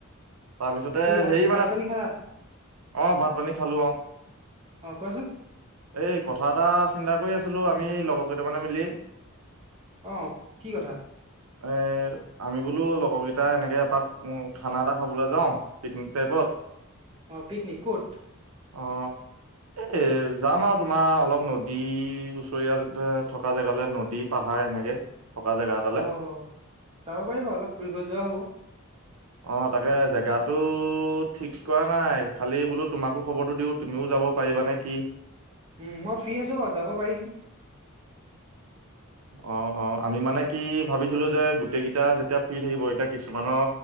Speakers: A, on the right; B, on the right.
A: তাৰপিছতে
B: বাকী ভাত
A: হেৰি মানে
B: ভাত পানী খালা?
A: অ', ভাত পানী খালো অ'।
B: অ', কোৱাচোন।
A: এই কথা এটা চিন্তা কৰি আছিলোঁ আমি লগৰ কেইটামানে মিলি।
B: অ', কি কথা?
A: এ আমি বোলো লগৰকেইটা এনেকে এপাক খানা এটা খাবলৈ যাওঁ পিকনিক টাইপত
B: অ', পিকনিক ক'ত?
A: অ'। এ যাম আৰু তোমাৰ অলপ নদী ওচৰীয়া আ থকা জেগালে, নদীত পাহাৰ এনেকে, থকা জেগা এটালে।
B: অ যাব পাৰি বাৰু অলপ ফুৰিবলৈ যোৱা হ'ব।
A: অ তাকে জেগাটো ঠিক কৰা নাই, খালি বোলো তোমাকো খবৰটো দিওঁ তুমিও যাব পাৰিবানে কি?
B: উম, মই ফ্ৰী আছো বাৰু যাব পাৰিম।
A: অ', অ', আমি মানে কি ভাবিছিলো যে গোটেইকেইটা যেতিয়া ফ্ৰী থাকিব এতিয়া কিছুমানৰ